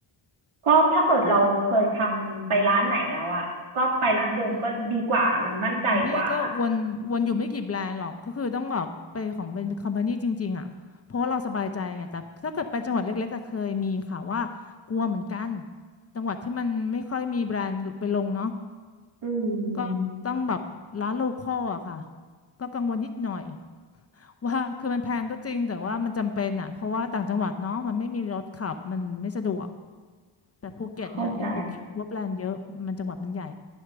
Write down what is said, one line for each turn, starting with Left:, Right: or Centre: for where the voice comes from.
Right: ก็ถ้าเกิดเราเคยทำไปร้านไหนแล้วอ่ะก็ไปร้านเดิมก็ดีกว่ามันมั่นใจกว่า
Left: อืมของพี่ก็วนวนอยู่ไม่กี่แบรนด์หรอกก็คือต้องแบบไปของเป็นคอมพานีจริงๆอ่ะเพราะว่าเราสบายใจไงแต่ถ้าเกิดไปจังหวัดเล็กๆก็เคยมีค่ะว่ากลัวเหมือนกันจังหวัดที่มันไม่ค่อยมีแบรนด์ไปลงเนาะ
Right: อืม
Left: ก็ต้องแบบร้านโลคอลอะค่ะก็กังวลนิดหน่อยว่าคือมันแพงก็จริงแต่ว่ามันจำเป็นอ่ะเพราะว่าต่างจังหวัดเนาะมันไม่มีรถขับมันไม่สะดวกแต่ภูเก็ตเนี่ยยังโอเคว่าแบรนด์เยอะมันจังหวัดมันใหญ่
Right: เข้าใจ